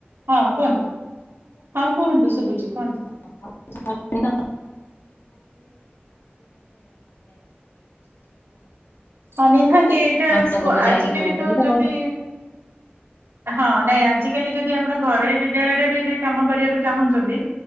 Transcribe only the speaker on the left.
<unintelligible> ଭାବୁଥିଲି
ମାନେ
ଆଗକୁ
ଯାଇକି କୋଉଠି
ଗୋଟେ
<inaudible>